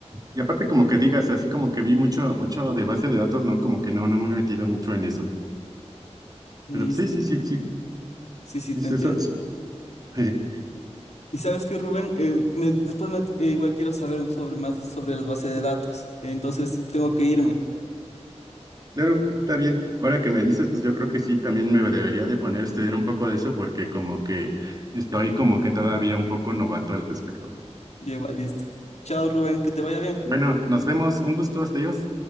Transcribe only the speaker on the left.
Listo.
Sí, sí,
te entiendo.
Y sabes que, Rubén, Eh, me- después me... eh, igual quiero saber sobre más sobre las bases de datos. Entonces tengo que irme.
Ya igual, listo. Chao, Rubén, que te vaya bien.